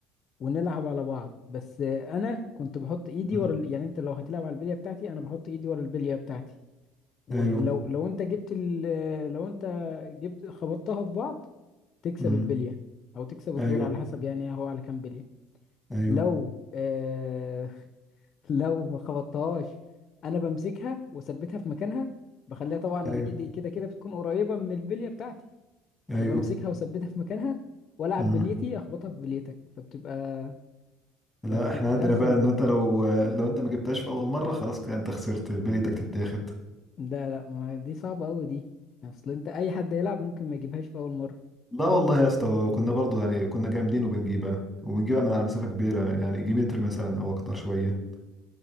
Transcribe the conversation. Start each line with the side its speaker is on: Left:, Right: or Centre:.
Left: ونلعب على بعض بس انا كنت بحط ايدي
Centre: امم
Left: ورا ال... يعني انت لو هتلعب على البلية بتاعتي انا بحط ايدي ورا البلية بتاعتي ولو
Centre: ايوه
Left: لو انت جبت ال... لو انت جبت خبطتها في بعض تكسب
Centre: امم
Left: البلية او تكسب الدور
Centre: ايوه
Left: على حسب يعني هو على كام بلية
Centre: ايوه
Left: لو آه... <laughs> لو ما خبطتهاش انا بمسكها واثبتها في مكانها بخليها طبعا انا
Centre: ايوه
Left: كده كده كده بتكون قريبة من البلية بتاعتي
Centre: ايوه
Left: فبمسكها واثبتها في مكانها والعب
Centre: امم
Left: بليتي اخبطها في بليتك فبتبقى فبتبقى
Centre: لا احنا عندنا
Left: اسهل
Centre: بقى ان
Left: بك
Centre: انت لو لو انت ما جبتهاش في اول مره خلاص كده انت خسرت بليتك تتاخد
Left: ده لا ما دي صعبة قوي دي اصل انت اي حد يلعب ممكن ما يجيبهاش في اول مرة
Centre: لا والله يا اسطى كنا برضو يعني كنا جامدين وبنجيبها وبنجيبها من على مسافه كبيره يعني يجي متر مثلا او اكتر شويه